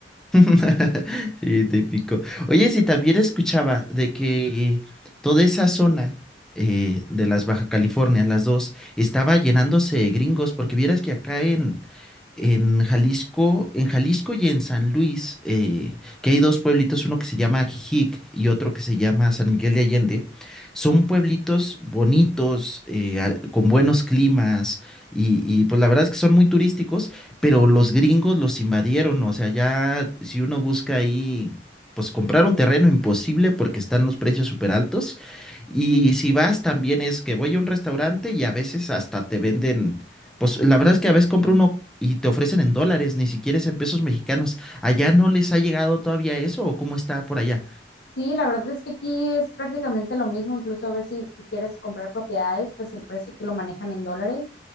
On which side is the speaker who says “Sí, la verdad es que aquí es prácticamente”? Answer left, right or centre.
Left